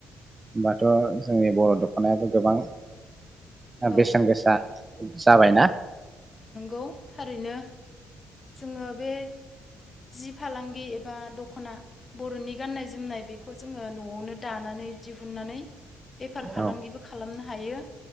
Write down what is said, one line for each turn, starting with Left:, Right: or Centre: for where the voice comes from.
Right: होमबाथ' जोंनि बर' दख'नायाबो गोबां
Left: औ
Right: बेसेन गोसा जाबायना।
Left: गौ थारैनो। जोङो बे जि फालांगि एबा दख'ना बर'नि गाननाय जोमनाय बेखौ जोङो न'आवनो दानानै दिहुननानै बेफार फालांगिबो
Right: औ
Left: खालामनो हायो।